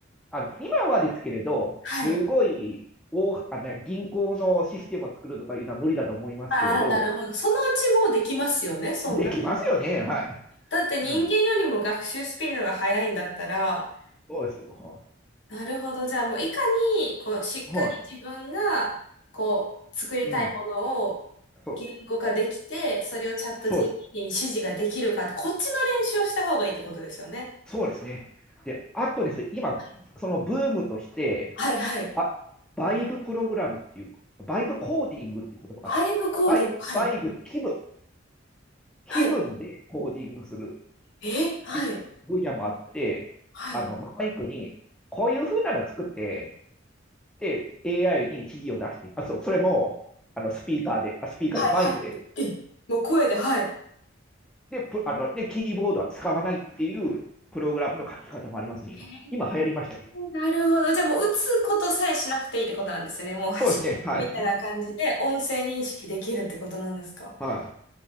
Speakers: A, in the centre; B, on the left.
A: あの、今はですけれど、
B: はい。
A: すごい大、あの、銀行のシステムを作るとかいうのは無理だと思いますけれど、
B: ああ、なるほど。そのうちもうできますよね、そんだけ。
A: できますよね、は
B: だって人間よりも学習スピードが速いんだったら、
A: い。うん、そうですよ。は
B: なるほど。じゃあもういかに、こう、しっかり自分が、
A: い。はい、
B: こう、作りたいものを言語化できて、
A: うん、そう、
B: それをチャット
A: そうです。
B: GPT に指示ができるかって、こっちの練習をした方がいいってことですよね。
A: そうですね。で、あとですね、今、
B: は
A: そのブームとして、
B: いはいはい。
A: バ、バイブプログラムっていう、バイブコーディングっていう言葉があるんですよ。
B: バイブコーディング。
A: バイ、
B: はい。
A: バイブ、気分、気分でコーディングする。
B: はいえ、はい、
A: っていう分野もあって、
B: はい、
A: あの、マイクに、こういう風なの作って、で、AI に指示を出して、あ、そう、それも、あの、スピーカーで、あ、スピーカーで、
B: はい、
A: マイクで、
B: はい。え、もう声で、はい。
A: で、プあの、で、キーボードは使わないっていうプログラムの書き方もありますね、今。
B: へー
A: 今流行りましたね。
B: なるほど。じゃあもう打つことさえしなくていいってことなんですね。もう走るみたいな感じで音声認識できるってことなんですか。
A: そうですね、はい。<laughs> は